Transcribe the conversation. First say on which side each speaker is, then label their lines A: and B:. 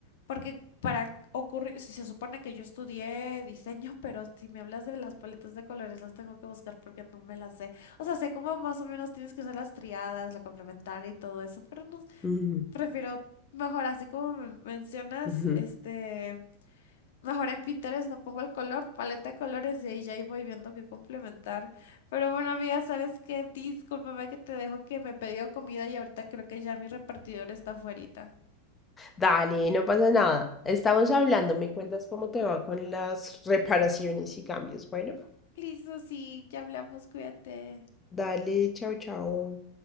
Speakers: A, on the left; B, on the left.
A: Porque para ocurrir, si se supone que yo estudié diseño, <laughs> pero si me hablas de las paletas de colores, las tengo que buscar porque no me las sé. O sea, sé cómo más o menos tienes que usar las triadas, la complementaria y todo eso, pero no,
B: Ujú,
A: prefiero mejor así como me mencionas,
B: ujú.
A: este. Mejor en Pinterest no pongo el color, paleta de colores y ahí ya ahí voy viendo qué complementar. Pero bueno, amiga, ¿sabes qué? Discúlpame que te dejo que me he pedido comida y ahorita creo que ya mi repartidor está afuerita.
B: Dale, no pasa nada. Estamos hablando, me cuentas cómo te va con las reparaciones y cambios. Bueno,
A: Listo, sí, ya hablamos, cuídate.
B: dale, chao, chao.